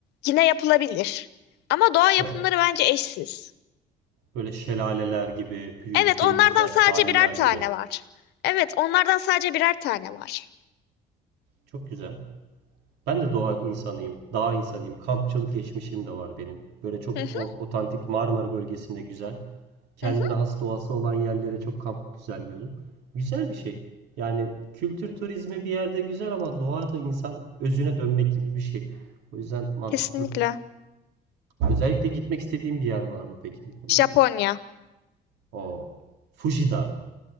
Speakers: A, on the left; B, on the right.
A: yine yapılabilir. Ama doğa yapımları
B: Evet.
A: bence eşsiz.
B: Böyle şelaleler gibi, büyük
A: Evet,
B: denizler,
A: onlardan
B: sahiller
A: sadece birer tane
B: gibi.
A: var. Evet, onlardan sadece birer tane var.
B: Çok güzel. Ben de doğa insanıyım, dağ insanıyım. Kampçılık geçmişim de var benim. Böyle çok
A: <laughs>
B: o- otantik Marmara bölgesinde güzel. Kendine
A: Hı hı,
B: has doğası olan yerlere çok kamp düzenliyorum. Güzel bir şey. Yani kültür turizmi bir yerde güzel ama doğa da insan özüne dönmek gibi bir şey. O yüzden mantıklı.
A: kesinlikle.
B: Özellikle gitmek istediğin bir yer var mı peki bu konuda?
A: Japonya.
B: O Fuji Dağı.